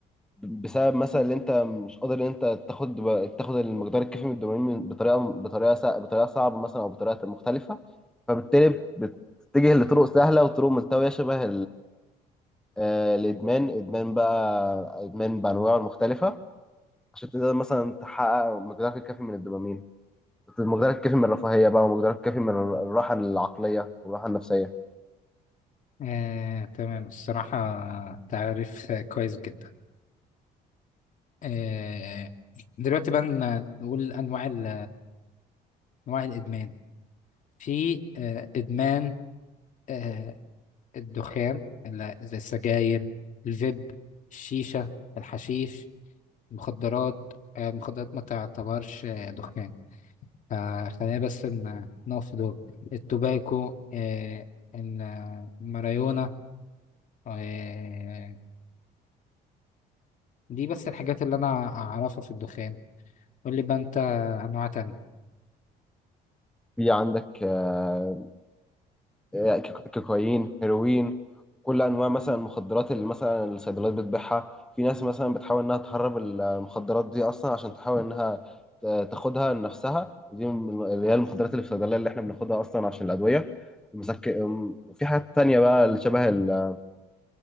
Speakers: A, in the centre; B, on the left.
A: بسبب مثلا إن أنت مش قادر إن أنت تاخد تاخد المقدار الكافي من الدوبامين بطريقة بطريقة سا- بطريقة صعبة مثلا أو بطريقة مختلفة فبالتالي بتتجه لطرق سهلة وطرق ملتوية شبه آه، الادمان ادمان بقى ادمان بانواعه المختلفه عشان تقدر مثلا تحقق مقدارك الكافي من الدوبامين مقدارك الكافي من الرفاهيه بقى ومقدارك الكافي من الراحه العقليه والراحه النفسيه
B: آه، تمام الصراحة تعريف كويس جدا آه، دلوقتي بقى ن- نقول أنواع ال- أنواع الإدمان في آه، إدمان آه، الدخان ال- زي السجاير الفيب الشيشة الحشيش المخدرات آه، المخدرات ما تعتبرش آه، دخان فخلينا بس ن- نقف في دول التوباكو آه، إن- آه، الماريونا آه، دي بس الحاجات اللي أنا أعرفها في الدخان قول لي بقى انت انواع تانية
A: في عندك آه، آه، كيك- كوكايين هيروين كل انواع مثلا المخدرات اللي مثلا الصيدليات بتبيعها في ناس مثلا بتحاول انها تهرب المخدرات دي اصلا عشان تحاول انها ت- تاخدها لنفسها دي من- اللي هي المخدرات اللي في الصيدليه اللي احنا بناخدها اصلا عشان الادويه المسك... أم- وفي حاجات تانية بقى اللي شبه ال...